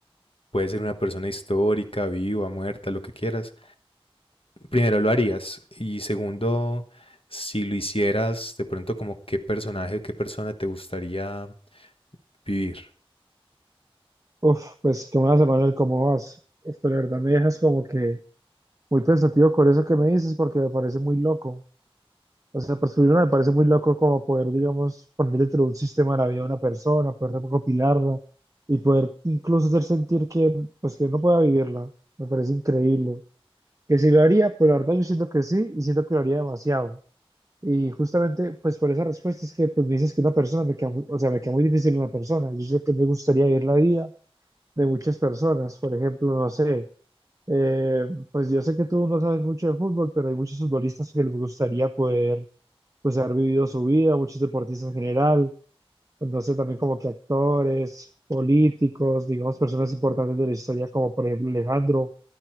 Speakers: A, on the left; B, on the right.
A: puede ser una persona histórica, viva, muerta, lo que quieras. Primero, ¿lo harías? Y segundo, si lo hicieras, de pronto, como qué personaje, qué persona te gustaría Vivir.
B: Uf, pues tú me vas a Manuel cómo vas. Uf, Pero la verdad me dejas como que muy pensativo con eso que me dices porque me parece muy loco. O sea, por primero me parece muy loco como poder, digamos, poner dentro de un sistema la vida de una persona, poder recopilarla y poder incluso hacer sentir que, pues, que no pueda vivirla. Me parece increíble. Que si lo haría, pues la verdad yo siento que sí y siento que lo haría demasiado. Y justamente, pues por esa respuesta es que pues, me dices que una persona me queda, muy- o sea, me queda muy difícil una persona. Yo siento que me gustaría vivir la vida de muchas personas. Por ejemplo, no sé, eh, pues yo sé que tú no sabes mucho de fútbol, pero hay muchos futbolistas que les gustaría poder, pues, haber vivido su vida, muchos deportistas en general, entonces también como que actores, políticos, digamos, personas importantes de la historia, como por ejemplo Alejandro